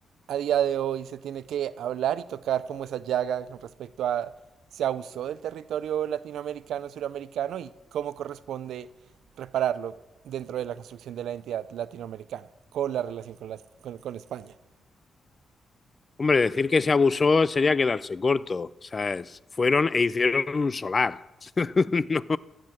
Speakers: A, on the right; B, on the left.
A: a día de hoy se tiene que hablar y tocar como esa llaga con respecto a se abusó del territorio latinoamericano, suramericano y cómo corresponde repararlo dentro de la construcción de la identidad latinoamericana con la relación con, las- con, con España?
B: Hombre, decir que se abusó sería quedarse corto. ¿sabes? Fueron e hicieron un solar. <laughs> No,